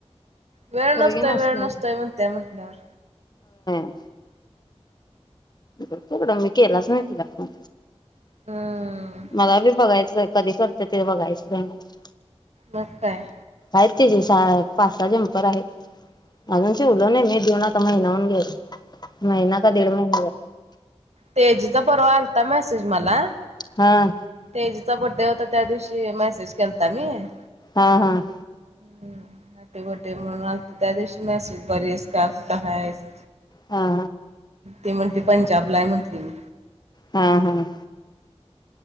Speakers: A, on the right; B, on the left.
A: वेळ
B: पोरगी
A: नसतोय
B: नसते
A: वेळ नसतोय म्हणत्या म्हटल्यावर.
B: ह <unintelligible> मी केलाच नाही तिला फोन.
A: हम्म
B: मला बी बघायचंय- कधी करते ते बघायचंय मला.
A: मग काय?
B: <unintelligible> पाच सहा झम्पर आले आजुन शीवल नाही मी. दोन आता महीना होऊन गेला. महिना का दीड महिना झाला.
A: तेजूचा परवा आलता मेसेज मला-
B: हा
A: तेजूचा बड्डे होता- त्या दिवशी मेसेज केलता मी. -
B: हा हम.
A: हम् नाटे गोटे म्हणून आलत, त्या दिवशी मॅसेज बरी आहेस का? कुठ हायस?
B: हा.
A: ते म्हणली पंजाबला हाय म्हण- हं
B: हा हम.